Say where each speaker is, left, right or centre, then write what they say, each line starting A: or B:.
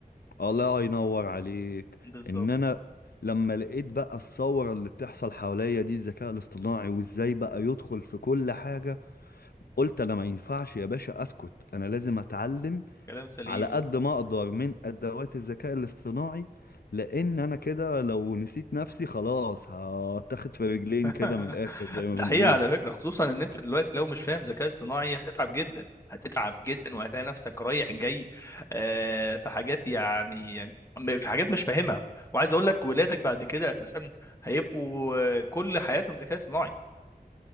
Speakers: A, on the left (about 85°); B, on the left (about 20°).
A: الله ينور عليك
B: بالظبط
A: ان انا لما لقيت بقى الثوره اللي بتحصل حواليا دي الذكاء الاصطناعي وازاي بقى يدخل في كل حاجه قلت انا ما ينفعش يا باشا اسكت انا لازم اتعلم
B: كلام سليم
A: على قد ما اقدر من ادوات الذكاء الاصطناعي لان انا كده لو نسيت نفسي خلاص هتاخد في رجلين
B: <laughs>
A: كده من الاخر زي ما
B: ده
A: بنقول
B: حقيقة على فكرة خصوصا ان انت دلوقتي لو مش فاهم ذكاء اصطناعي هتتعب جدا هتتعب جدا وهتلاقي نفسك رايح جاي آه، في حاجات يعني يعني في حاجات مش فاهمها وعايز اقول لك ولادك بعد كده اساسا هيبقوا آه، كل حياتهم ذكاء صناعي